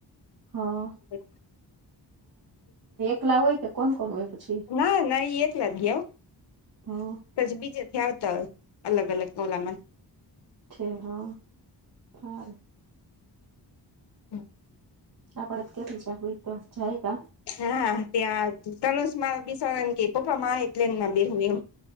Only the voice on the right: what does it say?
હા
પલા હોય કે કોણ કોણ હોય પછી
હમ્મ
અચ્છ હા હ
આપડ તો કેટું છે હોય તો જાય ક